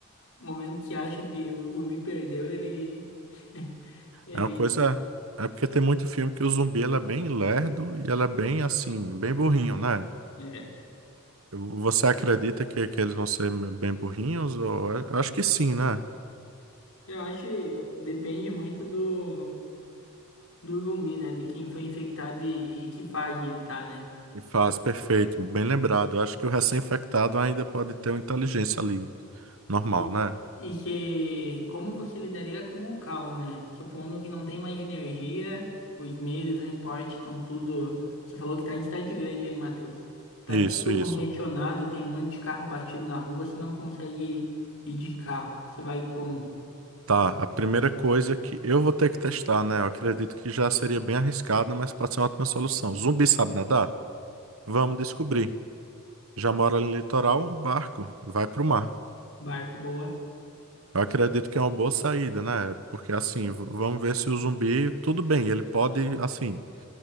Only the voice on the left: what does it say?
o momento que acha que o zumbi perdeu, ele... <laughs> ele...
É.
Eu acho que depende muito do, do zumbi, né? De quem foi infectado e, e que fase tá, né?
E,
e que como você lidaria com o caos, né? Supondo que não tem mais energia, os meios de transporte estão tudo. Você falou que tá em cidade grande aí, Matheus. Tá
tudo
congestionado, tem um monte de carro batido na rua, você não consegue ir de carro. Você vai como?
Barco boa.